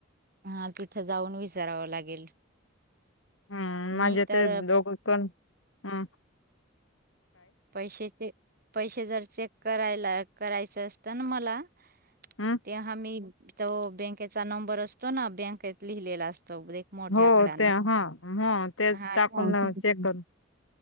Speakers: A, on the right (about 50°); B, on the left (about 80°).
A: हा तिथं जाऊन विचारावं लागेल.
B: हम्म म्हणजे
A: मी तर
B: ते दोघंपण, हम्म.
A: पैसेचे पैशे जर चेक करायला करायचं असतं ना मला
B: हम्
A: तेव्हा मी तो बँकेचा नंबर असतो ना बँकेत लिहिलेला एक मोठ्या
B: हो
A: आकडाने
B: ते हा ह तेच
A: हा
B: टाकून
A: हो ते
B: चेक करून.